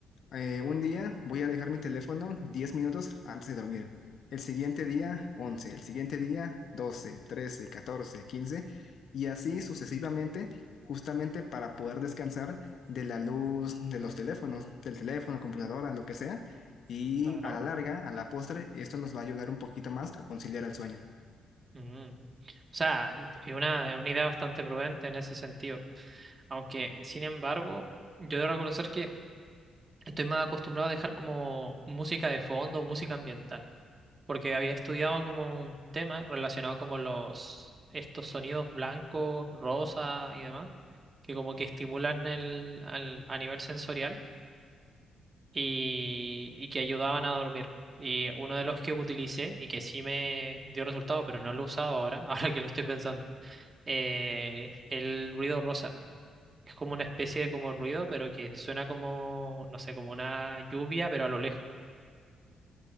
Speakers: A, on the left; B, on the right.
A: Eh, un día voy a dejar mi teléfono 10 minutos antes de dormir. El siguiente día, once, El siguiente día, 12, 13, 14, quince Y así sucesivamente, justamente para poder descansar de la luz de los teléfonos, del teléfono, computadora, lo que sea. Y
B: Claro.
A: a la larga, a la postre, esto nos va a ayudar un poquito más a conciliar el sueño.
B: Mm. O sea, es una, es una idea bastante prudente en ese sentido. Aunque, sin embargo, yo debo reconocer que estoy más acostumbrado a dejar como música de fondo, música ambiental, porque había estudiado como un tema relacionado como los estos sonidos blancos, rosa y demás, que como que estimulan el al- a nivel sensorial y, y que ayudaban a dormir. Y uno de los que utilicé y que sí me dio resultado, pero no lo he usado ahora, <laughs> ahora que lo estoy pensando, eh, el ruido rosa. Es como una especie de como ruido, pero que suena como, no sé, como una lluvia, pero a lo lejos.